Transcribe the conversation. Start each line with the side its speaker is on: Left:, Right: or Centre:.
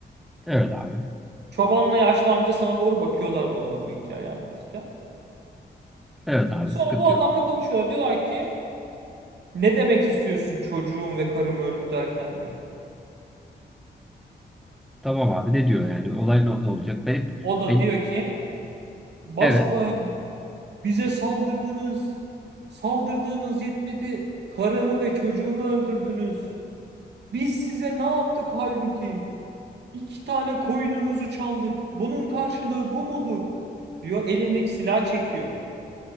Centre: Evet abi.
Right: Çobanla yaşlı amca sana doğru bakıyorlar bu arada bu hikayeyi anlatırken.
Centre: Evet abi.
Right: Sonra
Centre: Sıkıntı
Right: bu adamla
Centre: yok.
Right: konuşuyorlar. Diyorlar ki Ne demek istiyorsun çocuğum ve karım öldü derken diyor.
Centre: Tamam abi. Ne diyor yani? Olay ne, ne olacak? Benim,
Right: O da
Centre: benim.
Right: diyor ki basbayağı
Centre: Evet.
Right: bize saldırdınız. Saldırdığınız yetmedi. Karımı ve çocuğumu öldürdünüz. Biz size ne yaptık halbuki? İki tane koyununuzu çaldık. Bunun karşılığı bu mudur? Diyor elindeki silah çekiyor.